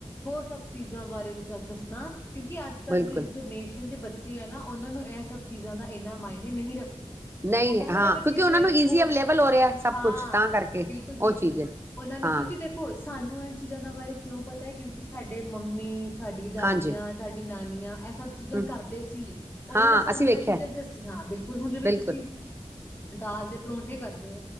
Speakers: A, on the left; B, on the right.
A: ਹੋਰ ਸਭ ਚੀਜ਼ਾਂ ਬਾਰੇ ਬ ਦੱਸਣਾ ਕਿਉਂਕਿ ਅੱਜ ਕੱਲ੍ਹ
B: ਬਿਲਕੁਲ
A: ਦੀ ਜਿਹੜੀ ਜਨਰੇਸ਼ਨ ਜ ਬੱਚੇ ਆ ਨਾ ਉਹਨਾਂ ਨੂੰ ਇਸ ਸਭ ਚੀਜ਼ਾਂ ਦਾ ਇੰਨਾ ਮਾਇਨੇ ਨਹੀਂ ਰੱਖਦੀ।
B: ਨਹੀਂ
A: ਉਹ ਕਹਿੰਦੇ
B: ਹਾਂ
A: ਨੇ ਅਗਰ
B: ਕਿਉਂਕਿ
A: ਚੀਜ਼
B: ਉਹਨਾਂ
A: ਵੇਸਟ
B: ਨੂੰ ਈਜ਼ੀ
A: ਹੋ
B: ਅਵੇਲੇਬਲ
A: ਰਹੀ
B: ਹੋ ਰਿਹਾ ਸਭ
A: ਹਾਂ
B: ਕੁਛ ਤਾਂ ਕਰਕੇ
A: ਬਿਲਕੁਲ- ਬਿਲਕੁਲ
B: ਉਹ ਚੀਜ਼ ਹੈ
A: ਉਹਨਾਂ ਨੇ
B: ਹਾਂ
A: ਕਿਉਂਕਿ ਦੇਖੋ ਚੀਜ਼ਾਂ ਦਾ ਬਾਰੇ ਕਿਉਂ ਪਤਾ ਹੈ ਕਿਉਂਕਿ ਸਾਡੇ ਮੰਮੀ ਸਾਡੀ ਦਾਦੀਆਂ
B: ਹਾਂਜੀ
A: ਸਾਡੀ ਨਾਨੀਆਂ ਇਹ ਸਭ ਚੀਜ਼ਾਂ
B: ਹਮ
A: ਕਰਦੇ ਸੀ ਉਹਨਾਂ
B: ਹਾਂ
A: ਨੇ ਸਾਨੂੰ
B: ਅਸੀਂ ਵੇਖਿਆ
A: ਇਹ ਚੀਜ਼ਾਂ ਦੱਸੀਆਂ ਬਿਲਕੁਲ ਹੁਣ ਜਿਵੇਂ
B: ਬਿਲਕੁਲ
A: ਤੁਸੀਂ ਦਾਲ ਦੇ ਪਰੋਂਂਠੇ ਕਰ <inaudible>